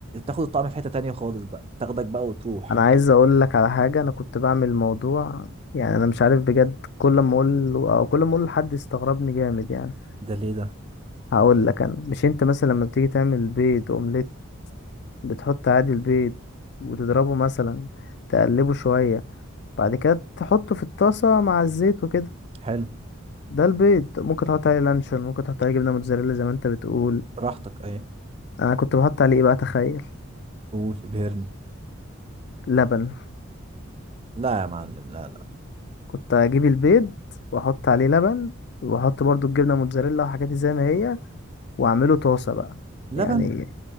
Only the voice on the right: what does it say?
تاخد الطعم في حته تانيه خالص بقى تاخدك بقى وتروح
ده ليه ده
حلو
براحتك ايه
قول ابهرني
لا يا معلم لا لا
لبن